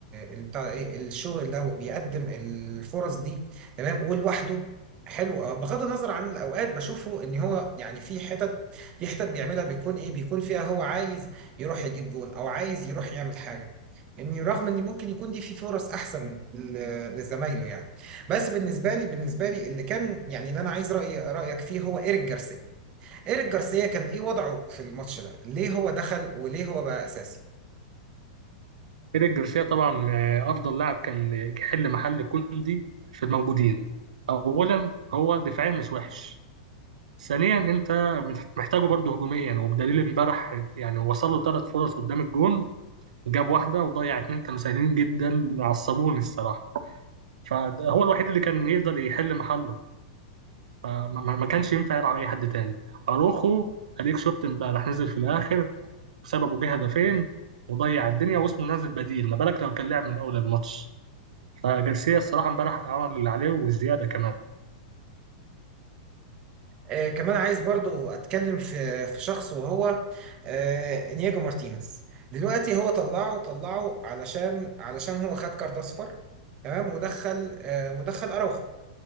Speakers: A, on the right (about 25°); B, on the right (about 90°).
A: ال- بتاع ايه الشغل ده بيقدم الفرص دي تمام ولوحده حلو آه، بغض النظر عن الاوقات بشوفه ان هو يعني في حتت في حتت بيعملها بيكون ايه بيكون فيها هو عايز يروح يجيب جون او عايز يروح يعمل حاجه يعني رغم ان ممكن يكون دي في فرص احسن ل- لزمايله يعني بس بالنسبه لي بالنسبه لي اللي كان يعني اللي انا عايز راي رايك فيه هو ايريك جارسيا ايريك جارسيا كان ايه وضعه في الماتش ده ليه هو دخل وليه هو بقى اساسي
B: ايريك جارسيا طبعا آه، افضل لاعب كان يحل محل كوندي في الموجودين اولا هو دفاعيا مش وحش ثانيا انت مت- محتاجه برضه هجوميا وبدليل امبارح يعني وصل له ثلاث فرص قدام الجون جاب واحده وضيع اتنين كانوا سهلين جدا عصبوني الصراحه فهو الوحيد اللي كان يقدر يحل محله فما ما- ما كانش ينفع يلعب على اي حد تاني اروخو اديك شفت امبارح نزل في الاخر بسببه جه هدفين وضيع الدنيا واسمه نازل بديل ما بالك لو كان لعب من اول الماتش فجارسيا الصراحه امبارح عمل اللي عليه وزياده كمان
A: آه، كمان عايز برضو اتكلم في في شخص وهو آه، انياجو مارتينيز دلوقتي هو طلعه طلعه علشان علشان هو خد كارت اصفر تمام ودخل آه، ودخل اراوخو